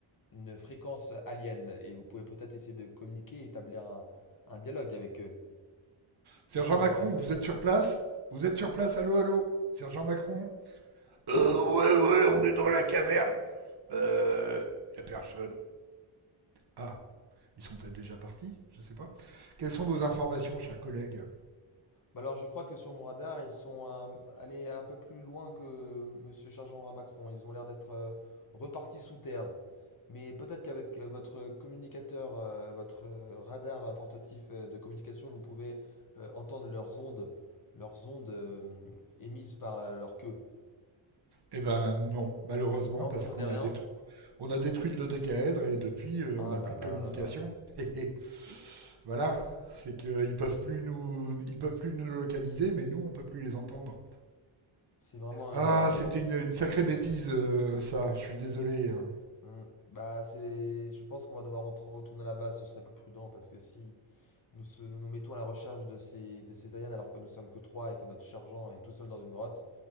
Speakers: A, on the left; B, on the right.
A: une fréquence alien. Et vous pouvez peut-être essayer de communiquer et établir un, un dialogue avec eux.
B: Sergent
A: Qu'est-ce que vous
B: Macron,
A: en pensez?
B: vous êtes sur place Vous êtes sur place, allô, allô Sergent Macron Euh, ouais, ouais, on est dans la caverne. Euh, y a personne. Ah, Ils sont peut-être déjà partis, je ne sais pas. Quelles sont vos informations, chers collègues
A: Bah alors je crois que sur mon radar, ils sont euh, allés un peu plus loin que Monsieur Sergent à Macron. Ils ont l'air d'être euh, repartis sous terre. Mais peut-être qu'avec euh, votre communicateur, euh, votre euh, radar portatif euh, de communication, vous pouvez euh, entendre leurs ondes, leurs ondes euh, émises par la- leur queue.
B: Eh ben non, malheureusement,
A: Non,
B: parce
A: vous entendez
B: qu'on
A: rien?
B: a détruit, on a détruit le dodécaèdre et depuis, euh,
A: Ah
B: on n'a
A: là
B: plus
A: là
B: de communication.
A: là là.
B: <laughs> voilà,
A: Hmm.
B: c'est qu'ils peuvent plus nous, ils peuvent plus nous localiser, mais nous, on peut plus les entendre.
A: C'est vraiment
B: Ah,
A: une. euh,
B: c'était une, une sacrée bêtise, euh, ça. Je suis désolé. hein.
A: hmm. Bah c'est. Je pense qu'on va devoir rentr- retourner là-bas. Ce serait plus prudent parce que si nous se- nous, nous mettons à la recherche de ces de ces aliens alors que nous sommes que trois et que notre sergent est tout seul dans une grotte,